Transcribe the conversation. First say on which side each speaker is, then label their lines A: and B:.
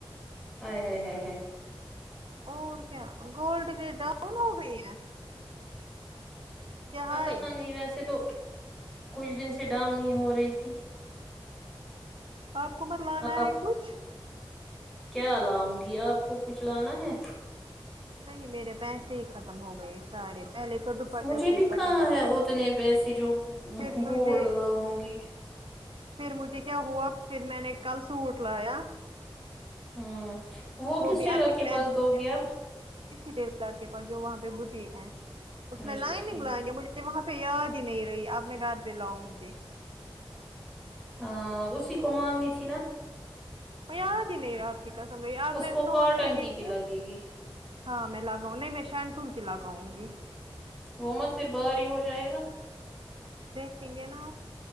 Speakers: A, in the centre; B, on the right (about 65°).
A: آے ہاے ہاے ہاے ہاے
B: اور کیا گولڈ کےریٹ ڈاؤن ہو گیئ ہے کیا
A: پتا
B: ہائے
A: نہیں ویسے تو کچھ دن سے ڈاؤن ہی ہو رہی تھی
B: آپ کو مت لانا
A: آپ
B: ہے کچھ
A: کیا لاؤں گی آپ کو کچھ لانا ہے
B: نہیں میرے پیسے ہی ختم ہو گئے سارے پہلے تو دوپٹےوپٹے
A: مجھے بھی کہاں
B: لائے
A: ہے اتنے پیسے جو
B: پھر
A: گولڈ
B: مجھے
A: لاؤ گی
B: پھر مجھے کیا ہوا پھر میں نے کل سوٹ لایا
A: ہوں وہ کس
B: بھی
A: ٹیلر
B: اپنے
A: کے
B: پیسے
A: پاس دو
B: سے
A: گی اب
B: اسی ٹیلر کے پاس جو وہاں پہ بوٹیک ہے اس میں
A: اچھا
B: لائنگ
A: ٹھیک
B: لگائیں گے مجھے یہ وہاں پہ یاد ہی نہیں رہی اب میں گھر پہ لاؤں گی
A: ہاں اسی کو مانگنی تھی نا
B: یاد ہی نہیں رہا آپ کی قسم رہی آپ
A: اس
B: میں
A: کو
B: سوچ
A: کاٹن
B: رہی
A: کی
B: تھی
A: ہی لگے گی
B: ہاں میں لگاؤں نہیں میں شانٹون کی لگاؤں گی
A: وہ مت پھر بھاری ہو جائے گا
B: دیکھیں گے نا